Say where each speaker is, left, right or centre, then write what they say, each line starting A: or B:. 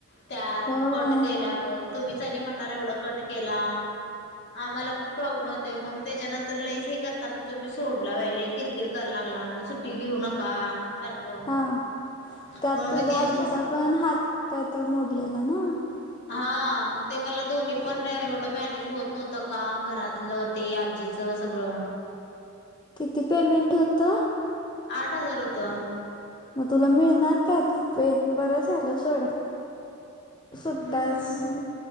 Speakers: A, on the left (about 55°); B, on the left (about 20°).
A: त्यात
B: होय
A: कट केल्यावर तुम्हीच आणि म्हणणार एवढा कट केला. आम्हाला पण प्रॉब्लेम होतय, मग त्याच्यानंतर लईस हे करताना तुम्ही सोडला वहिला कि- किर कराय लागला मग सुट्टी घेऊ नका. सारखं
B: हा,
A: म्हणून
B: त्यात तुझ्या
A: मी ते
B: आजीचा
A: सोडलं
B: पण हात काहीतर मोडलेला ना?
A: हा, मग ते मला दोन्ही पण एवढं मॅनेज होत नव्हतं, काम घरातलं. ते आजीचं सगळं.
B: किती पेमेंट होत?
A: आठ हजार होतं.
B: मग तुला मिळणार काय रुपे बरं झालं सोड. सुट्टाच
A: हम्म,